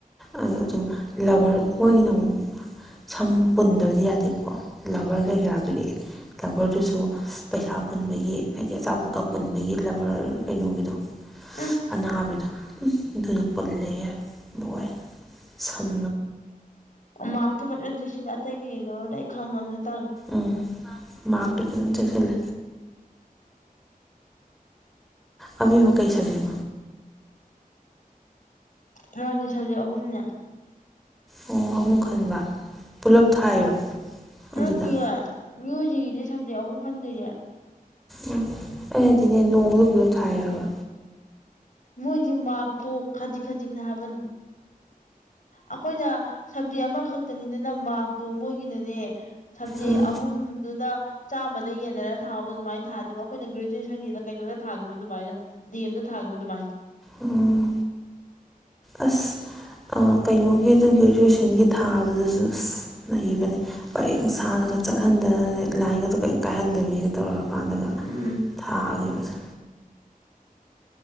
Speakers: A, in the centre; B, on the left.
A: ꯑ ꯑꯗꯨꯝ ꯂꯕꯔ ꯃꯣꯏꯒꯤꯅ ꯑꯃꯨꯛ ꯁꯝ ꯄꯨꯟꯗꯕꯗꯤ ꯌꯥꯗꯦꯕꯀꯣ ꯂꯚꯔ ꯀꯩ ꯀꯔꯥ ꯄꯤꯔꯛꯑꯦ ꯂꯕꯔꯗꯨꯁꯨ ꯄꯩꯁꯥ ꯄꯨꯟꯕꯒꯤ ꯍꯥꯏꯗꯤ ꯑꯆꯥꯄꯣꯠꯀꯛ ꯄꯨꯟꯕꯒꯤ ꯂꯕꯔ ꯀꯩꯅꯣꯒꯤꯗꯣ
B: ꯎꯝ
A: ꯑꯅꯥꯕꯗ ꯑꯗꯨꯗ ꯄꯨꯜꯂꯦ ꯂꯣꯏ ꯁꯝ
B: ꯃꯥꯒꯛꯇ ꯄꯂꯁꯤ ꯑꯇꯇꯩ ꯀꯅ ꯈꯪꯉ
A: ꯎꯝ ꯃꯥꯔꯇꯨ ꯐꯖꯅ ꯆꯠꯁꯤꯜꯂꯦ ꯑꯕ ꯋꯥ ꯀꯩ ꯁꯖꯦꯛ
B: ꯃꯣꯏꯗꯤ ꯁꯕꯖꯦꯛ ꯑꯍꯨꯝꯅꯦ
A: ꯑꯣ ꯑꯍꯨꯝ ꯈꯟꯕ ꯄꯨꯂꯞ ꯊꯥꯏꯔꯣ
B: ꯅꯠꯇꯌꯦ
A: ꯑꯗꯨꯗ
B: ꯃ꯭ꯌꯨꯖꯤꯛꯀꯤꯗꯤ ꯁꯕꯖꯦꯛ ꯑꯍꯨꯝ ꯈꯟꯗꯣꯏꯅꯦ
A: ꯎꯝ ꯍ ꯑꯗꯨꯗꯤꯅꯦ ꯅꯣꯡꯗꯨ ꯄꯨꯂꯞ ꯊꯥꯏꯔꯕ
B: ꯃꯣꯏꯗꯤ ꯃꯥꯔꯛꯇꯣ ꯈꯖꯤꯛ ꯈꯖꯤꯛꯅ ꯍꯥꯏꯕ ꯑꯩꯈꯣꯏꯅ ꯁꯕꯖꯦꯛ ꯑꯃꯈꯛꯇꯅꯤꯗꯅ ꯃꯥꯔꯛꯇꯣ ꯃꯣꯏꯒꯤꯅꯅꯦ ꯁꯕꯖꯤ
A: ꯑꯥ
B: ꯑꯍꯨꯝꯗꯨꯗ ꯆꯥꯝꯃꯗ ꯌꯦꯟꯅꯔꯒ ꯊꯥꯕꯗꯣ ꯑꯗꯨꯃꯥꯏꯅ ꯊꯥꯗꯕ ꯑꯩꯈꯣꯏꯅ ꯒ꯭ꯔꯦꯖꯨꯋꯦꯁꯟꯒꯤꯗ ꯀꯩꯅꯣꯗ ꯊꯥꯈꯤꯕ ꯑꯗꯨꯃꯥꯏꯅ ꯗꯤ ꯑꯦꯝꯗ ꯊꯥ ꯑꯗꯨꯃꯥꯏ
A: ꯑꯣ ꯑꯁ ꯀꯩꯅꯣꯒꯤ ꯑꯗꯨ ꯒ꯭ꯔꯦꯖꯨꯋꯦꯁꯟꯒꯤ ꯊꯥꯕꯗꯁꯨ ꯑꯁ ꯂꯩꯕꯅꯦ ꯄꯔꯦꯡ ꯁꯅꯕ ꯆꯠꯍꯟꯗꯅ ꯂꯥꯏꯟ ꯑꯗꯨ ꯀꯔꯤꯝ ꯀꯥꯏꯍꯟꯗꯕꯤꯒꯦ ꯇꯧꯔ ꯀꯥꯟꯗꯒ
B: ꯎꯝ
A: ꯊꯥꯈꯤꯕꯁꯦ